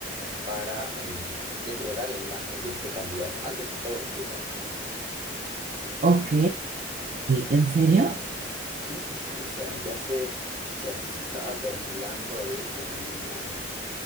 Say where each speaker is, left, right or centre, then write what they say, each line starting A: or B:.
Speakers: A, on the right; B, on the right.
A: para eh, deteriorar la imagen de este candidato antes que fuera elegido papa, ¿eh?
B: Ok, ¿en serio?
A: Sí, sí, sí, o sea, ya se, o sea, sí se estaba perfilando a él como una,